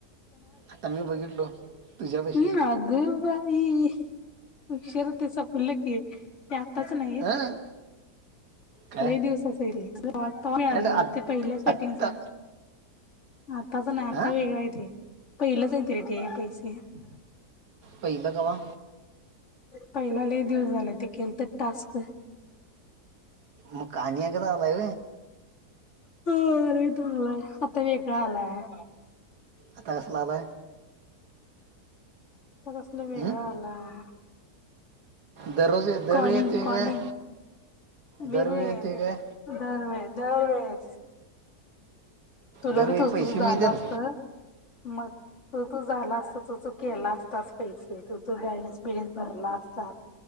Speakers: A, on the right; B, on the left.
A: आता मी बघितलो तुझ्या पैसे
B: हम् अग बाई ह शरतेस फलकी ते आत्ताच नाहीत
A: हां काय
B: लई दिवसाचल आता
A: हॅट
B: आलेलं
A: आत
B: ते पहिल्या स्टार्टिंग
A: आत्ता
B: च आताच नाही आता
A: हां
B: वेगळं आहे ते पहिलंच आहेत रे पैसे ते
A: पहिला केव्हा
B: पहिनाले दिवस झाला ते केल तर टास्क
A: मग कानया कता आलाय
B: ह अरे चांगलाय आता वेगळा आलाय
A: आता कसला आलाय
B: आता कसला वेगळा
A: हं?
B: आलं
A: दररोज ये- दरवेळी
B: कॉलिंग
A: येतोय
B: कॉलिंग
A: काय
B: वेगवेग
A: दरवेळी येतोय
B: आहे ते
A: काय
B: दर वेळ दर वेळेस तुला
A: दरवेळी
B: बी तु
A: पैसे
B: झाला
A: मिळतात
B: असत मग तो तू झाला असता तो तो केला असताच पैसे तो तो गॅयलेस बिलेस भरला असता